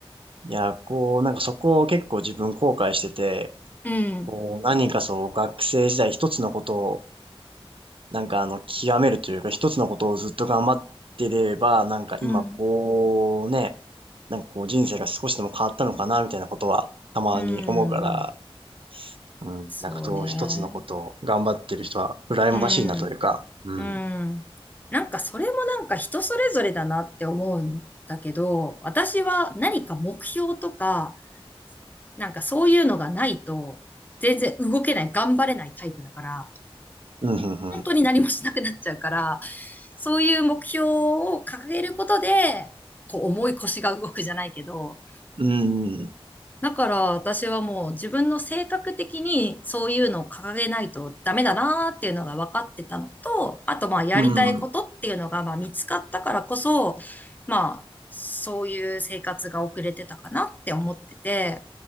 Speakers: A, on the right; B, on the left.
A: いや、こう、なんかそこを結構自分後悔してて、
B: うん、
A: こう何かそう学生時代一つのことを、なんかあの、極めるというか一つのことをずっと頑張ってれば、なんか今こうね、
B: うん。
A: なんかこう人生が少しでも変わったのかなみたいなことはたまに思うから、
B: うん、
A: うん、
B: そうね。
A: なんかそう一つのことを頑張ってる人は羨ましいなというか、
B: うん、
A: うん、
B: うん。なんかそれもなんか人それぞれだなって思うんだけど、私は何か目標とか、なんかそういうのがないと、全然動けない、頑張れないタイプだから、
A: うん、
B: 本当に何もしなくなっちゃうから、
A: うん、
B: そういう目標を掲げることで、こう重い腰が動くじゃないけど、
A: うん、
B: だから私はもう自分の性格的にそういうのを掲げないとダメだなーっていうのが分かってたのと、あとまあやりたいことっていうのがまあ見つかったからこそ、
A: うん、うん。
B: まあそういう生活が遅れてたかなって思ってて、